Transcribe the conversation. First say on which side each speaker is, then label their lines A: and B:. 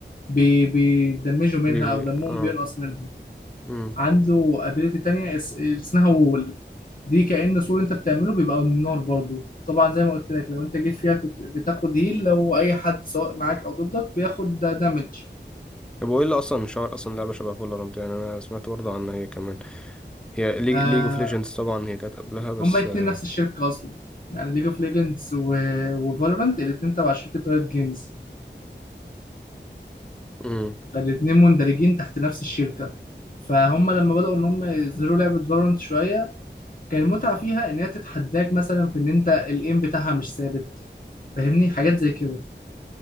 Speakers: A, on the left; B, in the centre.
A: بي- بيدمجوا منها
B: بي
A: او دمهم
B: اه
A: بينقص منهم
B: مم.
A: عنده ابيليتي تانية اس- اسمها وول دي كأن سور انت بتعمله بيبقى نار برضو طبعا زي ما قلت لك لو انت جيت فيها بتت- بتاخد هيل لو اي حد سواء معاك او ضدك بياخد دامج
B: طب وايه اللي اصلا شهر اصلا لعبه شبه فالورانت يعني انا سمعت برضه عنها هي كمان هي ليج
A: آه
B: اوف ليجندز طبعا هي كانت قبلها بس
A: هما اتنين
B: آه،
A: نفس الشركة اصلا يعني ليج اوف ليجندز وفالورانت الاتنين تبع شركة رايت جيمز
B: مم.
A: فالاتنين مندرجين تحت نفس الشركة فهم لما بدأوا ان هم يظهروا لعبة فالورانت شوية كان المتعة فيها إن هي تتحداك مثلا في إن أنت الإيم بتاعها مش ثابت فاهمني حاجات زي كده